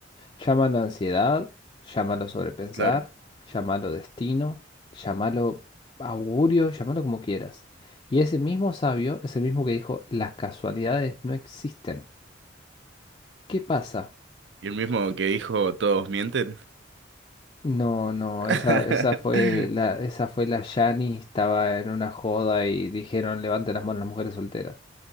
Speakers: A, on the left; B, on the right.
A: Llámalo ansiedad, llámalo sobrepensar,
B: claro.
A: llámalo destino, llámalo augurio, llámalo como quieras. Y ese mismo sabio es el mismo que dijo, las casualidades no existen. ¿Qué pasa?
B: ¿Y el mismo que dijo todos mienten?
A: No, no,
B: <laughs>
A: esa, esa fue la, esa fue la Yani, estaba en una joda y dijeron, levante las manos las mujeres solteras.